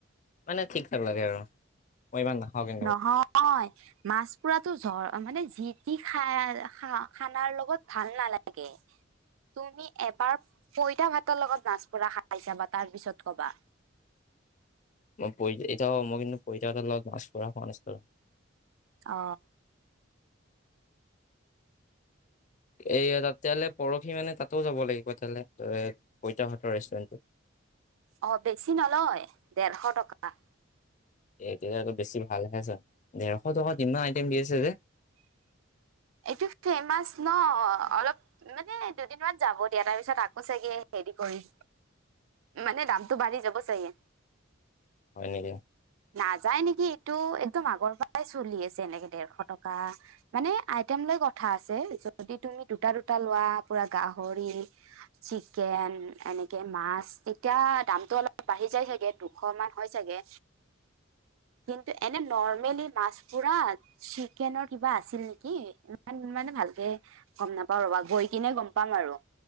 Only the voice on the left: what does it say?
মানে ঠিক লাগে আৰু। মই ইমান নাপাওঁ কে
মই এতিয়াও মই কিন্তু প‌ইতা ভাতৰ লগত মাছ খোৱা নাছিলোঁ।
এই তেতিয়াহলে পৰহি মানে তাতোও যাব লাগিব তেতিয়াহলে পইতাহতৰ ৰেষ্টুৰেণ্টট।
এতিয়া ক বেছি ভাল চাহ দেৰশ টকাত ইমান আইটেম দি আছে যে।
হয় নেকি।